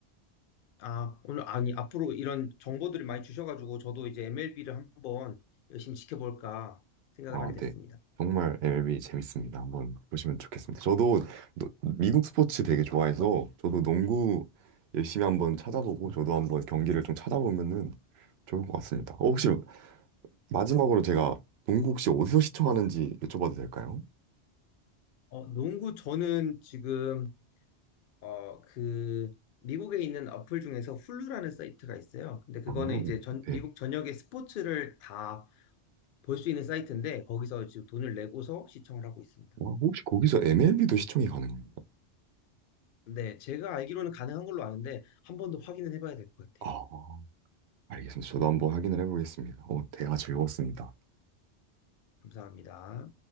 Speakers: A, on the left; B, on the right.
A: 아, 오늘, 아니, 앞으로 이런 정보들을 많이 주셔가지고, 저도 이제 MLB를 한번 열심히 지켜볼까 생각을
B: 아,
A: 하게 됐습니다.
B: 네. 정말 MLB 재밌습니다. 한번 보시면 좋겠습니다. 저도 노- 미국 스포츠 되게 좋아해서 저도 농구 열심히 한번 찾아보고 저도 한번 경기를 좀 찾아보면은 좋을 것 같습니다. 어, 혹시 마지막으로 제가 농구 혹시 어디서 시청하는지 여쭤봐도 될까요?
A: 어, 농구, 저는 지금, 어, 그, 미국에 있는 어플 중에서 훌루라는 사이트가 있어요. 근데 그거는
B: 아,
A: 이제 전,
B: 네.
A: 미국 전역의 스포츠를 다 볼 수 있는 사이트인데, 거기서 지금 돈을 내고서 시청을 하고 있습니다.
B: 와, 혹시 거기서 MLB도 시청이 가능한가요?
A: 네, 제가 알기로는 가능한 걸로 아는데, 한 번 더 확인을 해봐야 될 것 같아요.
B: 아, 알겠습니다. 저도 한번 확인을 해보겠습니다. 어, 대화 즐거웠습니다.
A: 감사합니다.